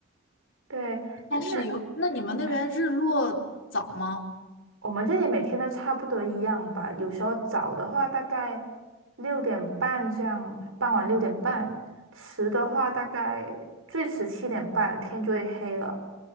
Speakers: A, on the right; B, on the left.
A: 对，
B: 但是有，
A: 那
B: 那你们那边日落早吗？
A: 呃我们这里每天都差不多一样吧。有时候早的话大概六点半这样，傍晚六点半；迟的话大概最迟七点半，天就会黑了。